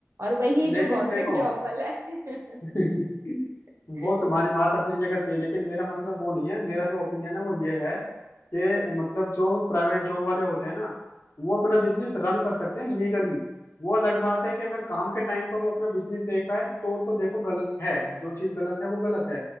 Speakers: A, on the right (about 60°); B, on the left (about 65°).
A: और वही
B: लेकिन
A: जो गवर्नमेंट
B: देखो
A: जॉब वाला है
B: <laughs>
A: <laughs>
B: वो तुम्हारी बात अपनी जगह सही है लेकिन मेरा मतलब वो नहीं है मेरा जो ओपिनियन है वो ये है कि मतलब जो प्राइवेट जॉब वाले होते हैं ना वो अपना बिजनेस रन कर सकते हैं लीगली वो अलग बात है कि अगर काम के टाइम पर वो अपना बिजनेस देख रहा है तो तो देखो गलत है जो चीज गलत है वो गलत है